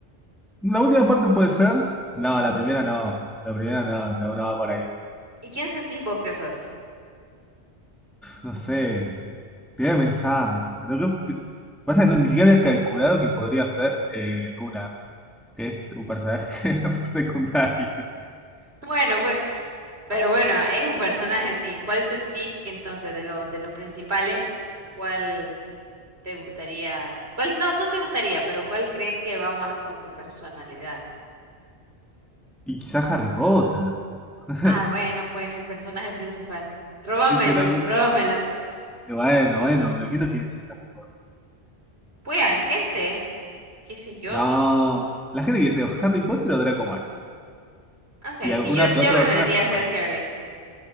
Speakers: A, in the centre; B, on the right.
A: La última parte puede ser. No, la primera no. La primera no, no, no va por ahí.
B: ¿Y quién sentís vos que sos?
A: No sé, te voy a pensar. Lo que que- pasa que no, ni siquiera había calculado que podría ser eh, Luna, que es un personaje <laughs> re secundario.
B: Bueno, pues, pero bueno, es un personaje, sí. ¿Cuál sentís que entonces de los de los principales, cuál te gustaría, cuál no, no te gustaría, pero cuál crees que va más con tu personalidad?
A: Y quizás Harry Potter. <laughs>
B: Ah, bueno, pues el personaje principal. Róbamelo,
A: Eh, Pero,
B: róbamelo.
A: eh, bueno, bueno, pero ¿quién no quiere ser Harry Potter?
B: Pues hay gente, qué sé yo.
A: No, la gente que dice o Harry Potter o Draco Malfoy.
B: Ok,
A: Y alguna
B: sí, yo,
A: que
B: yo
A: otra
B: preferiría
A: persona Hermione.
B: ser Harry.